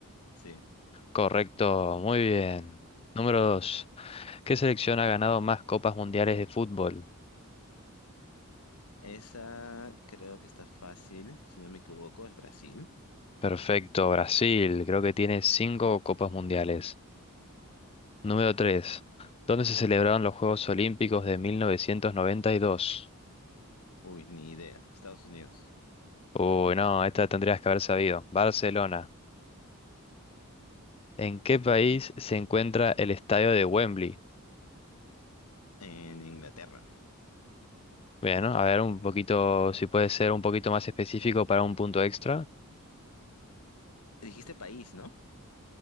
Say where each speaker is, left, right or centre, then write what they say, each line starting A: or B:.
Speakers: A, on the left (about 85°); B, on the left (about 25°).
A: Sí.
B: Correcto, muy bien. Número dos, ¿qué selección ha ganado más copas mundiales de fútbol?
A: Esa creo que está fácil, si no me equivoco, es Brasil.
B: Perfecto, Brasil, creo que tiene cinco copas mundiales. Número 3. ¿Dónde se celebraron los Juegos Olímpicos de 1992?
A: Uy, ni idea. Estados Unidos.
B: Uy, no, esta tendrías que haber sabido. Barcelona. ¿En qué país
A: No.
B: se encuentra el estadio de Wembley?
A: En Inglaterra.
B: Bueno, a ver un poquito, si puede ser un poquito más específico para un punto extra.
A: Dijiste país, ¿no?